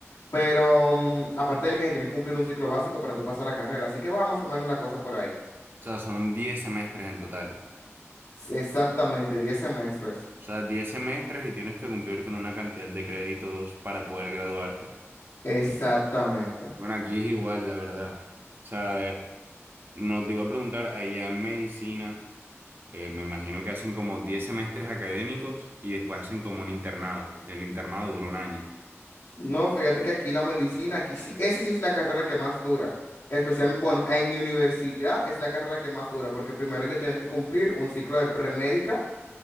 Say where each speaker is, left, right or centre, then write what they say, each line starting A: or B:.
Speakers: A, on the left; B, on the right.
A: pero mm, aparte de que se tiene que cumplir un ciclo básico para tú pasar a carrera, así que va más o menos la cosa por ahí.
B: O sea, son 10 semestres en total.
A: S- Exactamente, 10 semestres.
B: O sea, 10 semestres y tienes que cumplir con una cantidad de créditos para poder graduarte.
A: Exactamente.
B: Bueno, aquí es igual, la verdad. O sea, eh, nos te iba a preguntar, allá en medicina, eh, me imagino que hacen como 10 semestres académicos y después hacen como un internado, que el internado dura un año.
A: No, fíjate que aquí la medicina, aquí sí, esa sí es la carrera que más dura. Especialmente, bueno, en mi universidad es la carrera que más dura, porque primero yo tienen que cumplir un ciclo de premédica